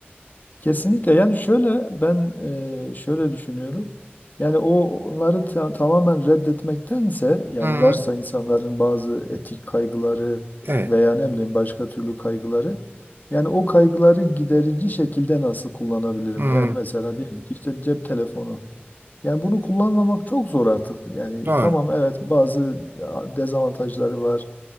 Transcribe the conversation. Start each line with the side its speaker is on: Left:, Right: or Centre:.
Left: Kesinlikle yani şöyle ben e, şöyle düşünüyorum. Yani o onları ta- tamamen reddetmektense yani
Right: Hı,
Left: varsa insanların bazı etik kaygıları
Right: evet.
Left: veya ne bileyim başka türlü kaygıları yani o kaygıları giderici şekilde nasıl kullanabilirim?
Right: Hı,
Left: Yani mesela diyelim ki işte cep telefonu Yani bunu kullanmamak çok zor artık. Yani
Right: doğru.
Left: tamam evet bazı e, dezavantajları var.